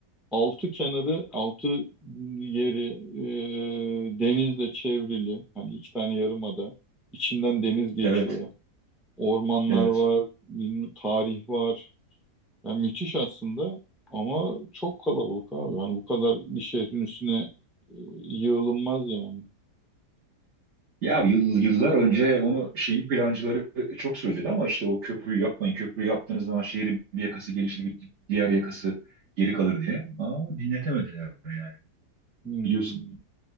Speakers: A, in the centre; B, on the right.
A: Altı kenarı, altı yeri e, denizle çevrili. Hani iki tane yarımada. İçinden deniz geçiyor.
B: evet
A: Ormanlar
B: evet.
A: var, bilmem- tarih var. Yani müthiş aslında ama çok kalabalık abi. Hani bu kadar bir şehrin üstüne e, yığılınmaz yani.
B: Ya yıl- yıllar önce onu şeyin plancıları çok söyledi ama işte o köprüyü yapmayın. Köprüyü yaptığınız zaman şehrin bir yakası gelişir, bir diğer yakası geri kalır diye. Ama dinletemediler yani.
A: Hmm,
B: Biliyorsun